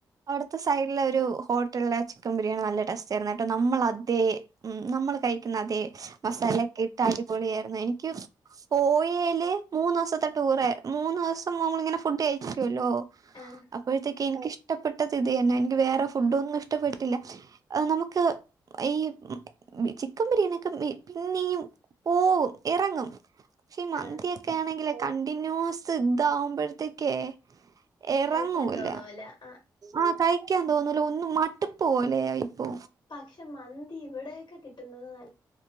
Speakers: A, on the right; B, on the left.
A: അവിടുത്തെ സൈഡിലെ ഒരു ഹോട്ടലിലെ ചിക്കൻ ബിരിയാണി നല്ല ടേസ്റ്റ ആയിരുന്നു കേട്ടോ നമ്മൾ അതേ ഉം നമ്മൾ കഴിക്കുന്ന അതെ മസാല ഒക്കെ ഇട്ട് അടിപൊളി ആയിരുന്നു എനിക്ക് പോയേല് മൂന്ന് ദിവസത്തെ ടൂറായി മൂന്ന് ദിവസം നമ്മളിങ്ങനെ ഫുഡ് കഴിക്കുവല്ലോ
B: ആഹ്
A: അപ്പഴ്ത്തേക്ക് എനിക്ക് ഇഷ്ടപ്പെട്ടത് ഇത് തന്നെ എനിക്ക് വേറെ ഫുഡൊന്നും ഇഷ്ടപ്പെട്ടില്ല നമുക്ക് ഈ- ചിക്കൻ ബിരിയാണിയക്കെ പിന്നെയും പോവും ഇറങ്ങും പക്ഷെ ഈ മന്തിയക്കെ
B: ആഹ്
A: ആണെങ്കിലെ കണ്ടിന്യൂസ് ഇതാവുമ്പോഴത്തേക്കേ- എറങ്ങൂല
B: കഴിക്കാൻ തോന്നൂല ആഹ്
A: ആഹ് കയ് - ക്കാ തോന്നൂല ഒന്ന് മടുപ്പ് പോലെയാ ഇപ്പോ
B: പക്ഷെ മന്തി ഇവിടെയൊക്കെ കിട്ടുന്നത് നല്ല